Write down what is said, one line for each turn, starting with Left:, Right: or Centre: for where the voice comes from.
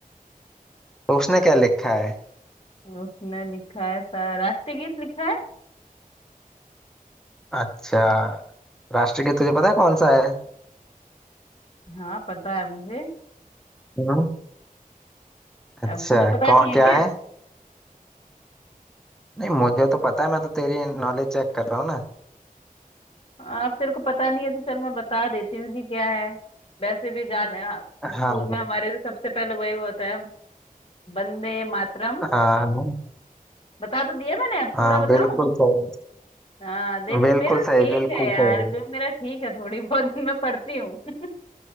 Centre: तो उसने क्या लिखा है
Left: उसने लिखा है सा राष्ट्रीय गीत लिखा है
Centre: अच्छा राष्ट्रगीत तुझे पता है कौन सा है
Left: हाँ पता है मुझे
Centre: हम्म। अच्छा
Left: अब तुझे पता
Centre: कौन
Left: नहीं है
Centre: क्या
Left: क्या
Centre: है नहीं मुझे तो पता है मैं तो तेरी नॉलेज चेक कर रहा हूँ ना
Left: अब तेरे को पता नहीं है तो चल मैं बता देती हूँ कि क्या है वैसे भी गाने हाँ, स्कूल
Centre: हाँ
Left: में हमारे जो सबसे पहले वही होता है वंदे मातरम
Centre: हाँ हाँ
Left: बता तो दिया मैंने अब
Centre: हाँ,
Left: पूरा बताऊं
Centre: बिल्कुल सही
Left: हाँ देख
Centre: बिल्कुल
Left: ले मेरे तो ठीक
Centre: सही बिल्कुल
Left: है यार
Centre: सही
Left: मे- मेरा ठीक है थोड़ी बहुत <laughs> मैं पढ़ती हूँ <laughs>